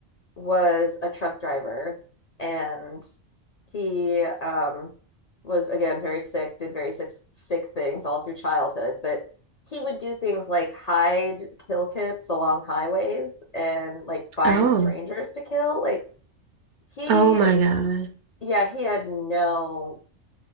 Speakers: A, on the left; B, on the right.
A: was a truck driver and he um was again very sick, did very sick sick things all through childhood, but he would do things like hide kill kits along highways and like find
B: Oh.
A: strangers to kill. Like he
B: Oh my God.
A: yeah, he had no